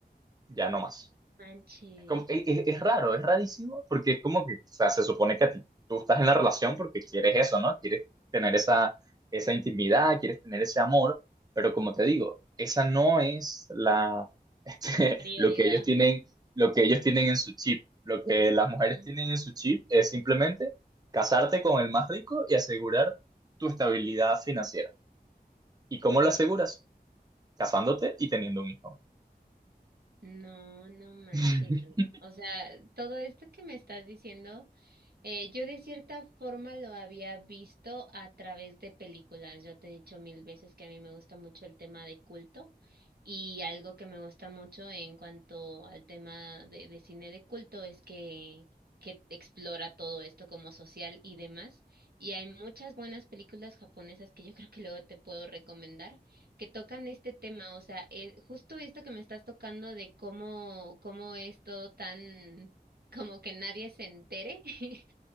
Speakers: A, on the right; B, on the right.
A: ya no más.
B: manche,
A: como- es, es- es raro, es rarísimo, porque es como que, o sea, se supone que a ti- tú estás en la relación porque quieres eso, ¿no? Quieres tener esa, esa intimidad, quieres tener ese amor, pero como te digo, esa no es la, <laughs> este,
B: prioridad.
A: lo que ellos tienen, lo que ellos tienen en su chip. Lo que las
B: ujú.
A: mujeres tienen en su chip es simplemente casarte con el más rico y asegurar tu estabilidad financiera. ¿Y cómo lo aseguras? Casándote y teniendo un hijo.
B: No, no manches,
A: <laughs>
B: Dani. O sea, todo esto que me estás diciendo... Eh, yo de cierta forma lo había visto a través de películas. Yo te he dicho mil veces que a mí me gusta mucho el tema de culto y algo que me gusta mucho en cuanto al tema de, de cine de culto es que, que explora todo esto como social y demás. Y hay muchas buenas películas japonesas que yo <laughs> creo que luego te puedo recomendar que tocan este tema. O sea, eh, justo esto que me estás tocando de cómo, cómo es todo tan... como que nadie se entere <laughs>